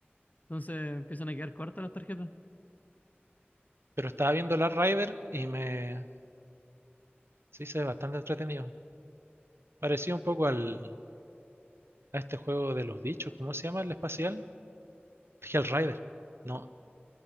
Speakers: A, on the left; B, on the right.
A: Entonces empiezan a quedar cortas las tarjetas.
B: pero estaba viendo Last Rider y me se hizo bastante entretenido. Parecía un poco al, a este juego de los bichos, ¿cómo se llama el espacial? Hellrider. No,